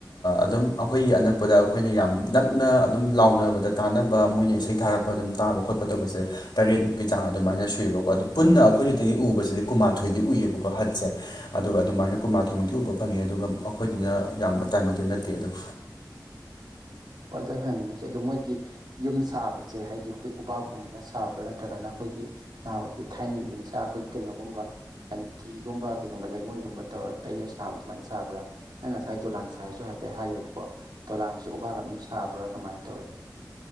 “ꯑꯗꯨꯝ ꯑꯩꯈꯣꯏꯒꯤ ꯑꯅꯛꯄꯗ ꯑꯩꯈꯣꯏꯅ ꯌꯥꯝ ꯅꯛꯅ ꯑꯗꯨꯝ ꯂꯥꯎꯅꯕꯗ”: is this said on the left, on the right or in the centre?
Left